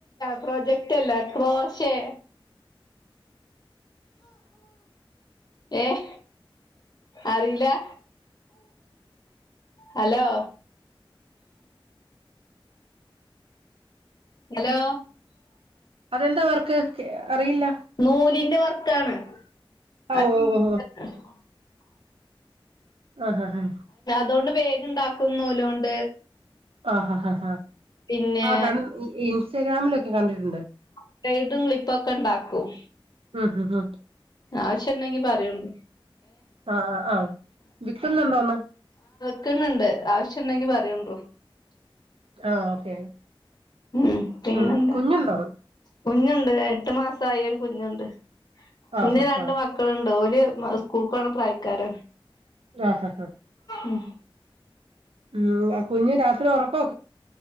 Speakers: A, on the left (about 45°); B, on the right (about 80°).
A: പ്രോജക്റ്റ് അല്ല ക്രോശേ ഏഹ് അറീല്ലാ? ഹലോ ഹലോ
B: അതെന്താ വർക്ക് അറിയില്ല
A: നൂലിന്റെ വർക്കാണ് <unintelligible>
B: ഓ ഓ ഓ ആ ഹാ ഹ
A: അതോണ്ട് ബാഗ് ഇണ്ടാക്കും നൂലൊണ്ട്
B: ആ ഹാ ഹ ഹ
A: പിന്നെ
B: ആ കണ്ടി ഇൻസ്റ്റഗ്രാമിലൊക്കെ കണ്ടിട്ടുണ്ട്
A: സ്ലൈഡും ക്ലിപ്പൊക്കെ ഇണ്ടാക്കും
B: ആ ഹാ ഹ
A: ആവശ്യണ്ടെങ്കി പറയോണ്ടു
B: ആ ആ അ വിക്കുന്നുണ്ടോന്ന്
A: ക്കുന്നുണ്ട് ആവശ്യ ഉണ്ടെങ്കി പറയോണ്ടു
B: ആഹ് ഓക്കെ
A: ഉം പിന്നെന്താ
B: ഉം കുഞ്ഞുണ്ടോ
A: കുഞ്ഞുണ്ട് എട്ട് മാസായി ഒരു കുഞ്ഞുണ്ട്. പിന്നെ
B: ആഹ്
A: രണ്ട്
B: ഹ
A: മക്കള് ണ്ട്. ഓല് സ്കൂൾക്കോണ പ്രായക്കാരാണ്
B: ആ ഹാ ഹാ
A: ഉം
B: ഊം കുഞ്ഞ് രാത്രി ഉറക്കോ